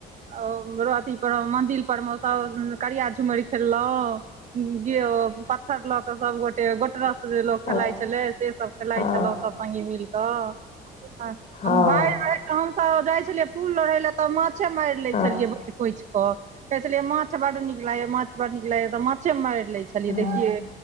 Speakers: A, on the right; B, on the left.
A: ओ अथी पर मंदिर पर मे सभ करिया झुमैर खेलहु केयो पाथर लऽ क सब गोटे गोट रस जे लोक
B: हँ
A: खेलाइ छले से सब खेलाइ
B: हँ
A: छलहुं सब संगी मिल क
B: हँ
A: हम बाढ़ि रहैय आ हम सभ जाइ छलियै फूल लोढय लए त माछे मारि लै
B: हँ
A: छलियै भैर खोछि क कहे छलिये माछ बड नीक लागेय माछ बड नीक लागेय त माछे मारि लै छलियै कहलियै
B: हँ
A: देखियै